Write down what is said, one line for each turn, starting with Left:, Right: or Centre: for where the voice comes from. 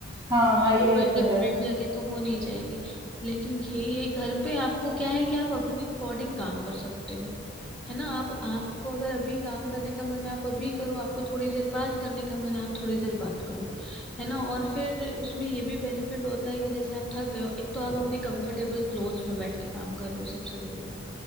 Right: हाँ
Centre: यहाँ
Right: हाँ ये
Centre: तो कोई डिफरेंट
Right: तो है
Centre: जगह तो हो नहीं जाएगी लेकिन यही है घर पे आपको क्या है कि आप अपने अकॉर्डिंग काम कर सकते हो है ना आप आपको अगर अभी काम करने का मन है आप अभी करो आपको थोड़ी देर बाद करने का मन है आप थोड़ी देर बाद करो है ना और फिर उसमें ये भी बेनिफिट होता है कि जैसे आप थक गए हो एक तो आप अपने कंफर्टेबल क्लोथ्स में बैठ के काम कर रहे हो सबसे बड़ी बात